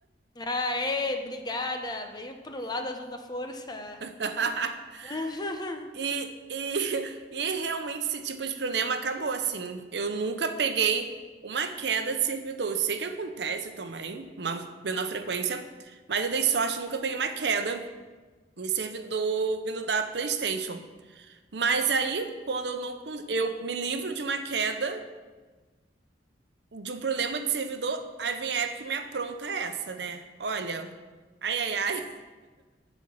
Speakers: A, on the left (about 25°); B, on the right (about 70°).
A: Aê, obrigada. Veio pro lado azul da força.
B: <laughs>
A: <laughs>
B: E, e, <laughs> e realmente esse tipo de problema acabou assim. Eu nunca peguei uma queda de servidor. Eu sei que acontece também, uma menor frequência, mas eu dei sorte, nunca peguei uma queda de servidor vindo da PlayStation. Mas aí, quando eu não cons- eu me livro de uma queda, de um problema de servidor, aí vem a Epic e me apronta essa, né? Olha, ai, ai, ai. <laughs>